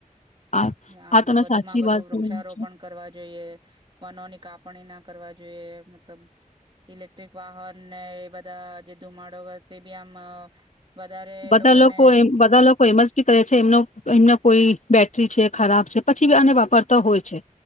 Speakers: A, on the left; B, on the right.
A: આ
B: આમ
A: આ તમે
B: વધુમાં
A: સાચી
B: વધુ
A: વાત
B: વૃક્ષારોપણ
A: કરી છે.
B: કરવા જોઈએ, વનોની કાપણીના કરવા જોઈએ મતલબ ઇલેક્ટ્રિક વાહન ને એ બધા જે ધુમાડો કર તે બી આમ વધારે
A: બધા
B: એ લોકોને
A: લોકો એમ બધા લોકો એમ જ કી કરે છે એમનો-એમનો કોઈ બેટરી છે ખરાબ છે, પછી બી આને વાપરતા હોય છે.